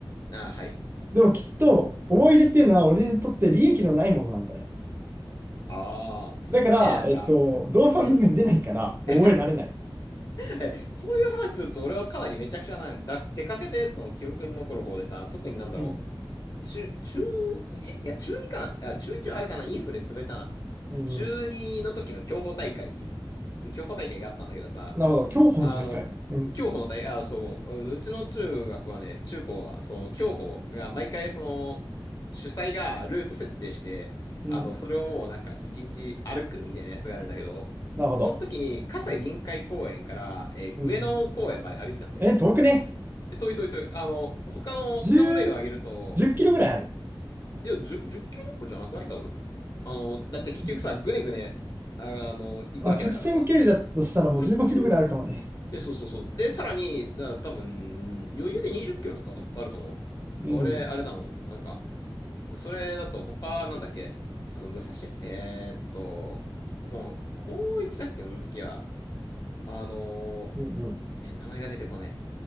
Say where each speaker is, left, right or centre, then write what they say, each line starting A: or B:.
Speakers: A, on the left; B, on the right.
A: あー、はい。
B: でもきっと思い出っていうのは俺にとって利益のないものなんだね。
A: ああ。
B: だから、
A: え、なんか、
B: えっと、ドーパミンが出ないから覚えられない。
A: うん。<laughs> え、そういう話すると俺はかなりめちゃくちゃな、だ、出かけたやつの記憶に残る方でさ、特になんだろ
B: うん
A: う。中、中 1? いや、中2かな。あ、中1はあれだな、インフレ潰れたな。
B: うん。
A: 中二の時の競歩大会、競歩大会があったんだけどさ、
B: なるほど。競歩の大会。
A: あの、
B: うん。
A: 競歩の大、あ、そう、ううちの中学はね、中高は、その競歩が毎回その、主催がルート設定して、
B: うん。
A: あの、それをもうなんか一日歩くみたいなやつがあるんだけど、
B: なるほど。
A: その時に、葛西臨海公園から、
B: うん。
A: えー上野公園まで歩いたんだよ。
B: うんえ、遠くね。
A: え遠い遠い遠い。あの、他の、
B: 10、
A: 他の例を挙げると、
B: じゅっキロぐらいある。
A: いや、10、じゅっキロどころじゃなくない多分。あの、だって結局さ、
B: うん
A: ぐねぐね、あ、あの、行くわけだからさ、
B: まあ、直線距離だとしたらもう15キロぐらいあるかもね。
A: 直線、え、そうそうそう。で、さらに、だ多分、余裕で20キロとかとあると思う。
B: うん。
A: 俺、あれだもん。なんか、それだと他、なんだっけ、あの、武蔵、えーっと、ほん、高一だっけの時は、あの
B: うんうん。
A: ー、え、名前が出てこない。